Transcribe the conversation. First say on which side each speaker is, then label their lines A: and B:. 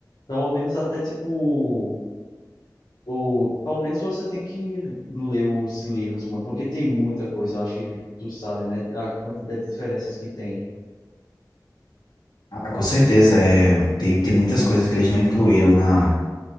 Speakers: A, on the left (about 85°); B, on the left (about 70°).
A: Pelo menos até tipo. O, pelo menos você tem que ler os livros, mano, porque tem muita coisa, eu acho que tu sabe, né? A quantidade de diferenças que tem.
B: Ah, com certeza, é, tem, tem muitas coisas que eles não incluíram na.